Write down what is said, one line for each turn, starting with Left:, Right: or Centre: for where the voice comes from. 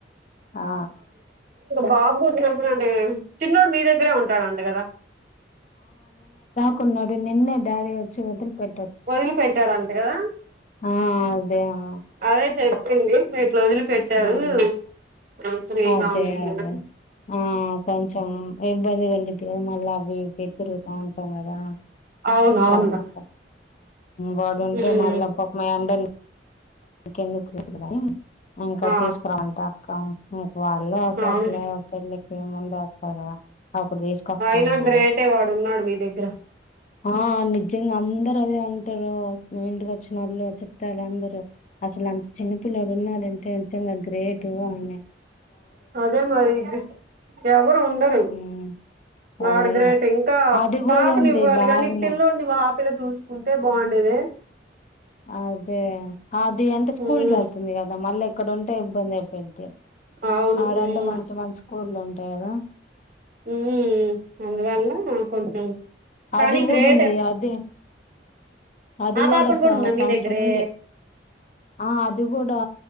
Left: ఆ
Right: బాబు ఇప్పుడంటే ఏం చిన్నోడు మీ దగ్గరే ఉంటాడంట కదా
Left: కొన్నోడు నిన్నే డాడీ వచ్చి వదిలిపట్
Right: వదిలి పెట్టాడు అంత కదా
Left: ఆ అదే ఆ
Right: అదే చెప్పింది అట్లా వదిలిపెట్టరు
Left: ఉమ్,
Right: క్లోజులు ఏ
Left: అదే
Right: బాగుండదు
Left: అదే
Right: కద
Left: ఆ కొంచెం ఇబ్బంది కండిదిద మళ్ళీ అవి ఇవి తిరుగుతా ఉంటాం కదా
Right: అవును
Left: షాపింగ్
Right: అవును
Left: బడు ఉంటే
Right: మ్మ్
Left: మళ్ళీ పాపం మా అండ ఇంకెందు తిపిల ఇంకా
Right: ఆ
Left: తీసుకురమంట అక్క వాళ్ళు వస్తారులే
Right: అవును
Left: పెళ్ళికి ముందు వస్తారు కదా అప్పుడు తీసుకొస్తా
Right: అయినా
Left: అన్నారు
Right: గ్రేటే వాడు ఉన్నాడు మీ దగ్గర
Left: ఆ నిజంగా అందరు అదే అంటారు ఇంటికి వచ్చిన వాళ్ళు చెప్తారు అందరు అస్సలు అసలు అంత చిన్న పిల్లలు ఉన్నారంటే నిజంగా గ్రేటు ఆమె
Right: అదే మరి ఇది ఎవరు ఉండరు
Left: ఉమ్ అవును
Right: ఆడ్ గ్రేట్ ఇంకా
Left: అది కూడా
Right: పాపని
Left: ఉంది
Right: ఇవ్వాలి
Left: బాగానే
Right: కానీ పిల్ల్లోడిని వా పిల్ల చూసుకుంటే బాగుండేది
Left: అదేహాది అంటే స్కూల్కి
Right: మ్మ్
Left: ఎళ్తుంది కదా మళ్ళీ ఇక్కడుంటే ఇబ్బంది అయిపోయిద్ది
Right: అవును
Left: ఆడంటే
Right: మ్మ్
Left: మంచి మంచి స్కూళ్లు ఉంటాయి కదా
Right: ఉ ఊ అందువల్ల కొంచెం కానీ
Left: అది గూడుంది
Right: గ్రేటే
Left: అదే అది
Right: ఆ
Left: గూడా
Right: పాపను కూడా
Left: త
Right: ఉందా
Left: సంవత్సరం
Right: మీ దగ్గరే
Left: ఉంది ఆ అది గూడా